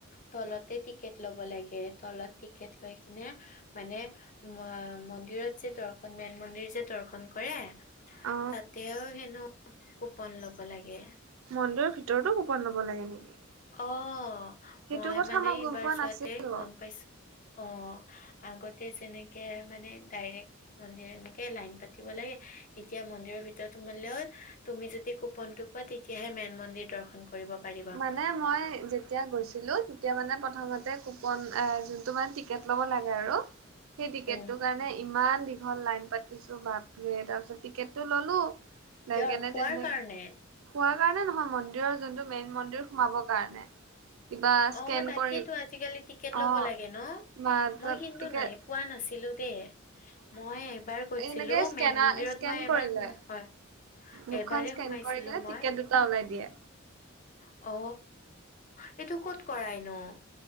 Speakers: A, on the left; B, on the right.
A: তলতে টিকেট ল'ব লাগে। তলত টিকেট লৈ কিনে মানে ম-মন্দিৰত যে দৰ্শন মেইন মন্দিৰ যে দৰ্শন কৰে,
B: অ
A: তাতেও হেনো কুপন লব লাগে।
B: মন্দিৰৰ ভিতৰতো কোপন লব লাগে নেকি?
A: অ
B: সেইটো
A: মই
B: কথা
A: মানে ইবাৰ
B: গম পোৱা
A: যোৱাতে
B: নাছিলো।
A: গম পাইছো, অ। আগতে যেনেকে মানে ডাইৰেক মন্দিৰ এনেকে লাইন পাতিব লাগে, এতিয়া মন্দিৰৰ ভিতৰত সোমালৈ তুমি যদি কুপনটো পোৱা তেতিয়াহে মেন মন্দিৰ দৰ্শন কৰ কৰিব পাৰি
B: মানে মই যেত যেতিয়া গৈছিলো, তেতিয়া মানে প্ৰথমতে কুপন এ যোনটো মানে টিকেট ল'ব লাগে আৰু সেই টিকেটটোৰ
A: উম,
B: কাৰণে ইমান দীঘল লাইন পাতিছো বাপৰে, তাৰপিছত টিকেটটো ললো <unintelligible>
A: কিহৰ
B: খোৱাৰ
A: কাৰণে?
B: কাৰণে নহয়, মন্দিৰৰ যোনটো মেইন মন্দিৰ সোমাবৰ কাৰণে। কিবা স্কেন
A: অ তাকেইতো
B: কৰি
A: আজিকালি টিকেট ল'ব
B: অ'
A: লাগে ন।
B: মা
A: মই
B: তাত
A: কিন্তু
B: টিকেট
A: নাই পোৱা নাছিলো দেই। মই এইবাৰ গৈছিলো,
B: এনেকে স্কেনাৰ
A: মেন মন্দিৰত
B: স্কেন
A: মই এইবাৰ
B: কৰি
A: সোমা,
B: লয়।
A: হয়।
B: মুখখন
A: এবাৰে
B: স্কেন
A: সোমাইছিলো
B: কৰি কিনে
A: মই।
B: টিকেট দুটা ওলাই দিয়ে।
A: অ সেইটো ক'ত কৰায় নো?